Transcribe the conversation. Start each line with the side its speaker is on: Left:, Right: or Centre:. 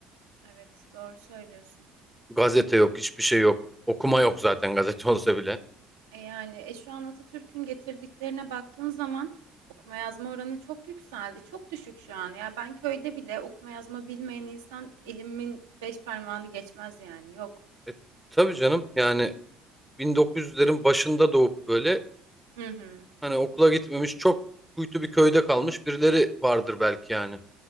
Right: Evet, doğru söylüyorsun.
Centre: Gazete yok, hiçbir şey yok. Okuma yok zaten gazete <laughs> olsa bile.
Right: E yani e şu an Atatürk'ün getirdiklerine baktığın zaman okuma yazma oranı çok yükseldi. Çok düşük şu an. Ya ben köyde bile okuma yazma bilmeyen insan elimin beş parmağını geçmez yani. Yok.
Centre: E, tabii canım yani 1900'lerin başında doğup böyle
Right: Hı hı.
Centre: hani okula gitmemiş çok kuytu bir köyde kalmış birileri vardır belki yani.